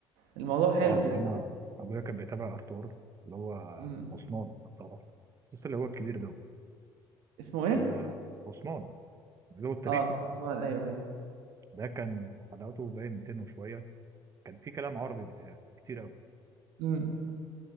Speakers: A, on the right; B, on the right.
A: الموضوع حلو
B: أه ما
A: يعني
B: أنا أبويا كان بيتابع أرطغرل اللي هو
A: امم
B: عثمان لو تعرف المسلسل اللي هو الكبير ده
A: اسمه ايه؟
B: آه عثمان اللي هو التاريخي
A: اه عثمان ايوه ايوه
B: ده كان حلقاته باين 200 وشوية كان في كلام عربي بيتقال كتير أوي
A: امم